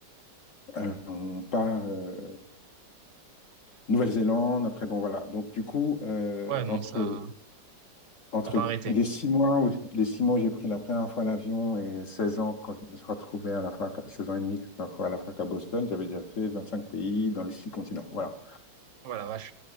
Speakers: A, on the left; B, on the right.
A: euh, on part euh, Nouvelle-Zélande. Après, bon, voilà. Donc, du coup, euh,
B: Ouais, non,
A: entre,
B: ça,
A: entre
B: t'as pas arrêté.
A: les six mois où, les six mois où j'ai pris la première fois l'avion et 16 ans, quand je me suis retrouvé à la fac, à- 16 ans et demi, que je me suis retrouvé à la fac à Boston, j'avais déjà fait 25 pays dans les six continents. Voilà.
B: Oh la vache.